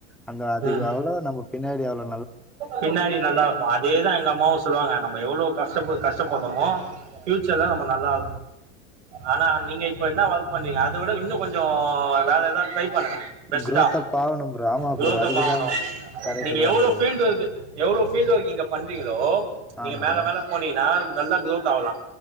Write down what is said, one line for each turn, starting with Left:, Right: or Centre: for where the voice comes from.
Centre: அங்க அதிகளவுள
Right: ம்
Centre: நம்ம பின்னாடி எவ்ளோ
Right: பின்னாடி நல்லா இருப்ப அதேதா எங்க அம்மாவு சொல்லுவாங்க நம்ம எவ்ளோ கஷ்ட ப கஷ்ட படுறோமோ பியூச்சர்ல நம்ம நல்லா ஆனா நீங்க இப்ப என்ன ஒர்க் பண்றீங்க அத விட இன்னு கொஞ்சோ வேற ஏதாவது ட்ரை பண்ணுங்க பெஸ்ட்டா
Centre: குரோத்தப் ஆவணும் ப்ரோ ஆமா
Right: குரோத்தபாகனு
Centre: ப்ரோ அதுக்குதா கரெக்ட்
Right: நீங்க
Centre: தா
Right: எவ்ளோ
Centre: ப்ரோ
Right: ஃபீல்டு ஒர்க் எவ்ளோ ஃபீல்டு்ஒர்கிங்க பண்றீங்களோ நீங்க
Centre: ஆ
Right: மேல
Centre: ப்ரோ
Right: மேல போனீங்கன்னா நல்லா குரோத் ஆகலாம்